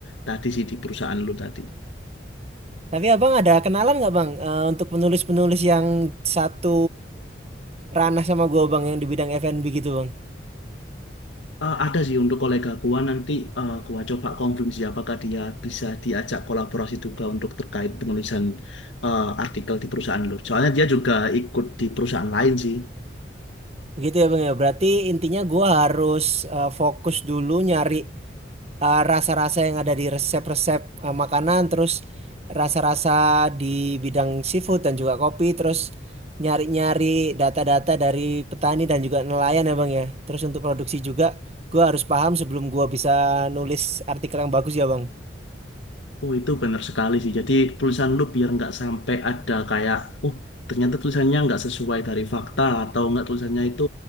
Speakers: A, on the left; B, on the right.
A: tadi sih di perusahaan lu tadi.
B: tapi abang ada kenalan nggak bang eh, untuk penulis-penulis yang satu ranah sama gue bang yang di bidang F&B gitu bang
A: Eh, ada sih untuk kolega gua nanti eh, gua coba konfirmasi apakah dia bisa diajak kolaborasi juga untuk terkait penulisan eh, artikel di perusahaan lu. Soalnya dia juga ikut di perusahaan lain sih.
B: begitu ya bang ya berarti intinya gue harus eh, fokus dulu nyari eh, rasa-rasa yang ada di resep-resep eh, makanan terus rasa-rasa di bidang seafood dan juga kopi terus nyari-nyari data-data dari petani dan juga nelayan ya bang ya terus untuk produksi juga gue harus paham sebelum gue bisa nulis artikel yang bagus ya bang
A: Oh itu benar sekali sih. Jadi tulisan lu biar nggak sampai ada kayak, oh ternyata tulisannya nggak sesuai dari fakta atau nggak tulisannya itu